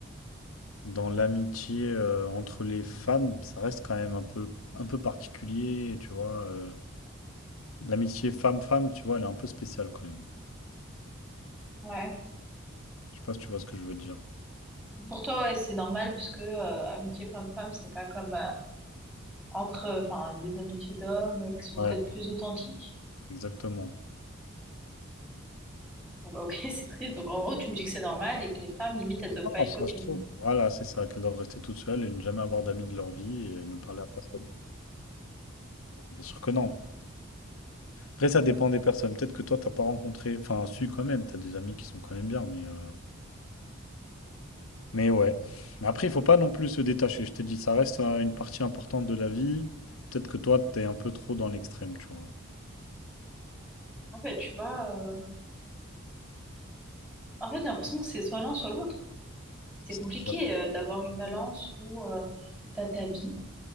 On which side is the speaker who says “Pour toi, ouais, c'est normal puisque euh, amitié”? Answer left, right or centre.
Centre